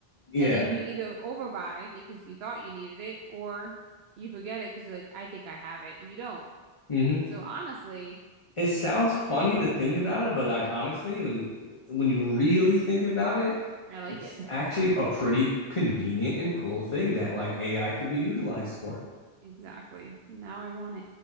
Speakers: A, on the left (about 30°); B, on the right (about 80°).
A: Yeah.
B: And then you either overbuy because you thought you needed it, or you forget it because you're like, I think I have it, and you don't.
A: hmm
B: So honestly,
A: it
B: it
A: sounds
B: wouldn't-
A: funny to think about it, but like honestly, when you when you really think about it,
B: I like
A: it's
B: it.
A: actually
B: <laughs>
A: a pretty convenient and cool thing that like AI could be utilized for.
B: Exactly. Now I want